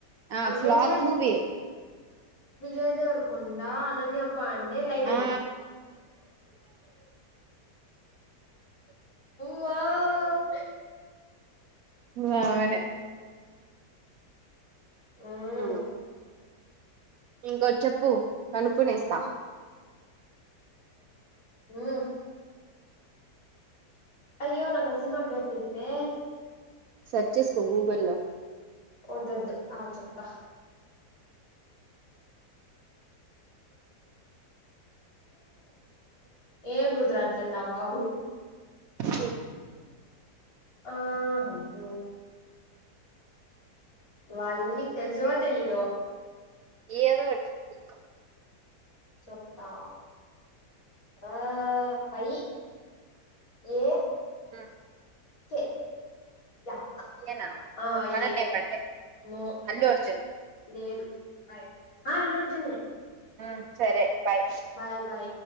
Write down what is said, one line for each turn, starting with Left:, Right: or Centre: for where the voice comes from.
Right: ఆ flop
Left: Vijay
Right: movie
Left: Vijay Deverakonda Ananya పండే లైగర్
Right: ఆ
Left: వావ్
Right: వాడే
Left: ఉమ్
Right: ఉ ఇంకోటి చెప్పు కనుకునేస్త
Left: ఆ అయ్యో నాకి ఆ సినిమా పేరు తెలీదే
Right: సెర్చ్ చేసుకో గూగుల్లో
Left: ఓదద్దు ఆగు చెప్త ఎం గుర్తు రాట్లేదు ర బాబు
Right: స
Left: ఆ వద్దు వాళ్ళ నీకు తెలుసువో తెలీదో
Right: ఏదో ఒకటి చెప్పు
Left: చెప్తా ఆ వనీ ఏ
Right: మ్
Left: చె ఎ క్
Right: ఈయేనా
Left: ఆ
Right: అనండే
Left: ఏ
Right: పండే
Left: నో
Right: అల్లు
Left: హెల్తి
Right: అర్జున్
Left: లేదు బాయ్ అ అల్లు అర్జునే
Right: అ సరే బై
Left: బాయ్ బాయ్